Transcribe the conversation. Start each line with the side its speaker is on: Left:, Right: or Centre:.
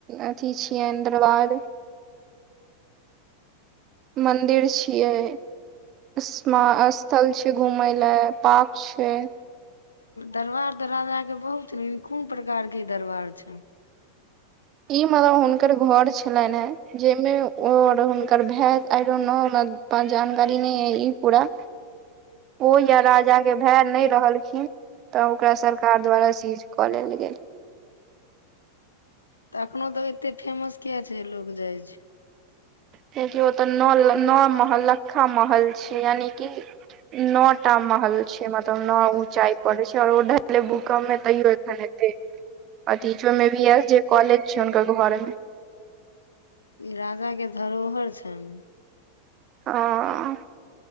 Right: अथि छियनि दरबार। मन्दिर छियै। स्मा स्थल छै घूमे लै पार्क छै।
Left: दरबार तऽ राजाके बहुत नीक कोन प्रकारके ई दरबार छैन।
Right: ई मतलब हुनकर घर छलनि हे। जाहिमे ओ और हुनकर भेए आइ डोंट नो हमरा पास जानकारी नहि अइ ई पूरा। ओ या राजा के भैए नहि रहलखिन तऽ ओकरा सरकार द्वारा सीज। कऽ लेल गेल।
Left: तऽ एखनो धरि एते फेमस किये छैय। जे लोक जाइ छै।
Right: कियाकि ओतऽ नऽ लऽ नौ महलख्खा महल छै यानि कि। नऽ टा महल छै मतलब नऽ ऊँचाइ पड़ छै आर ओ। ढ भूकम्प में तैयो एखन ऐते अथि छै ओहिमे भी एस जे कॉलेज छै हुनकर घर मे।
Left: ई राजा के धरोहर छैन।
Right: हँ